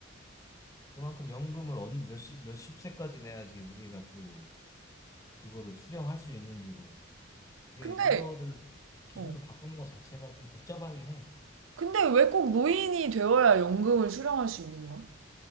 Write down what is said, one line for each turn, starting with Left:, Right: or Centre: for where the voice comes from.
Left: 그만큼 연금을 언- 몇십 몇십 세까지 내야지 우리가 또 그거를 수령할 수 있는지도 그게
Right: 근데,
Left: 이거를 기준을
Right: 어.
Left: 바꾸는 것 자체가 좀 복잡하긴 해.
Right: 근데 왜 꼭 노인이 되어야 연금을 수령할 수 있는 거야?